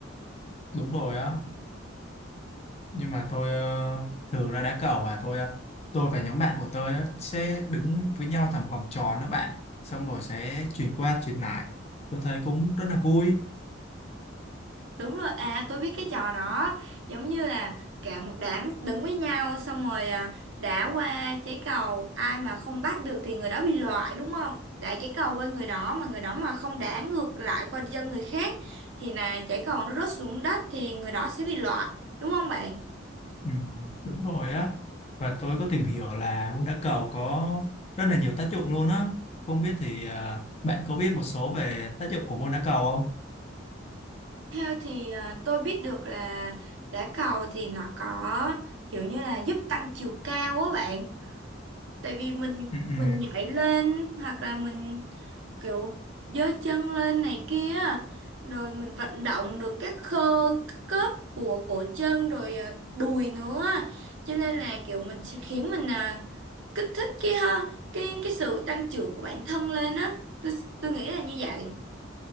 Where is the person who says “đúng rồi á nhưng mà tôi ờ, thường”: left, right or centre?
Left